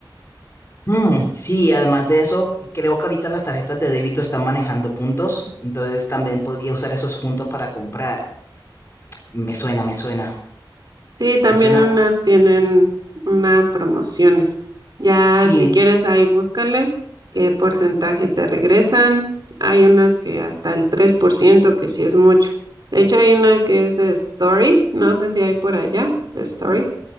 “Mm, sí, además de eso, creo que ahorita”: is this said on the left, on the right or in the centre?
Left